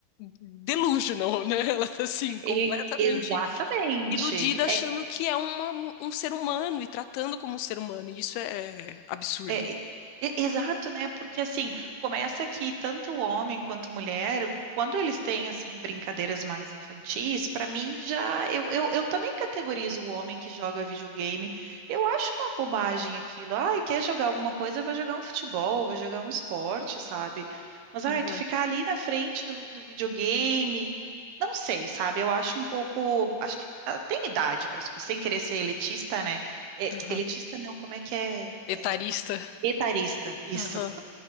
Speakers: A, on the left (about 90°); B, on the right (about 85°).
A: delusional, né? Ela tá assim, completamente
B: E- exatamente.
A: iludida, achando que é uma- um ser humano e tratando como um ser humano. E isso é absurdo.
B: É, e- e- exato, né? Porque assim, começa que tanto o homem quanto mulher, quando eles têm assim brincadeiras mais infantis, pra mim já eu, eu, eu também categorizo o homem que joga videogame. Eu acho uma bobagem aquilo. Ai, quer jogar alguma coisa, vai jogar um futebol, vai jogar um esporte, sabe? Mas
A: Aham,
B: ai, tu ficar ali na frente do, do videogame, não sei, sabe? Eu acho um pouco, acho que ah, tem idade para sem querer ser elitista, né? É,
A: aham.
B: elitista não, como é que é?
A: Etarista.
B: É, Etarista, isso.
A: Aham.